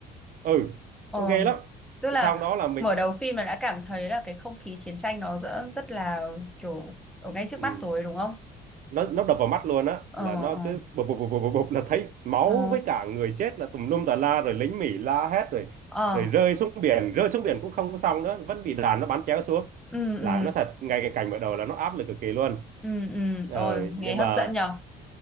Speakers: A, on the right; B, in the centre.
A: ừ
B: ờ
A: nó ghê lắm
B: tức
A: cái
B: là
A: xong đó là mình
B: mở đầu phim là đã cảm thấy là cái không khí chiến tranh nó rất, rất là kiểu ở ngay trước
A: ừ.
B: mắt rồi đúng không
A: nó nó đập vào mắt luôn á
B: ờ
A: là nó
B: ờ
A: cứ bụp bụp bụp bụp bụp là thấy máu
B: ờ
A: với cả người chết là tùm lum tà la rồi lính Mỹ la hét rồi
B: ờ
A: rồi rơi xuống biển rơi xuống biển cũng không có xong nữa vẫn bị đàn nó bắn chéo xuống
B: ừ
A: là
B: ừ
A: nó thật ngay cái cảnh mở đầu là nó áp lực cực kỳ luôn
B: ừ ừ
A: ờ,
B: ôi nghe
A: nhưng
B: hấp
A: mà
B: dẫn nhở